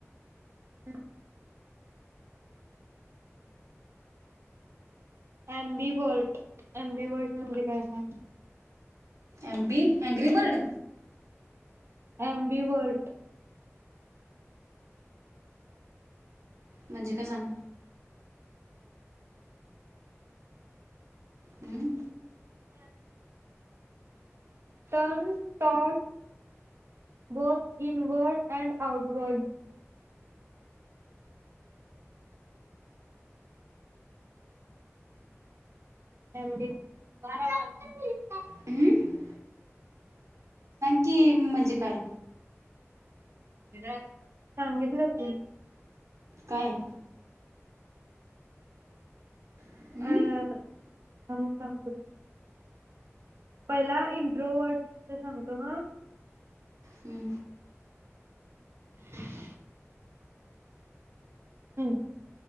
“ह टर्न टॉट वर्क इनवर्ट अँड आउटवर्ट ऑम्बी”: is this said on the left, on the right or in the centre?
Right